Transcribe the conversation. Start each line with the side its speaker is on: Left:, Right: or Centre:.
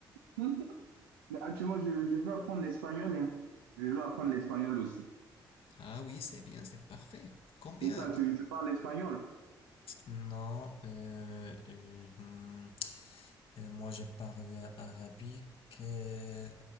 Right: <laughs> Mais actuellement, je, je veux apprendre l'espagnol, hein. Je veux apprendre l'espagnol aussi.
Left: Ah oui, c'est bien, c'est parfait. Combien?
Right: Et toi, tu, tu parles l'espagnol,
Left: Non, euh, euh, hmm, Euh, moi, je parle arabique, euh,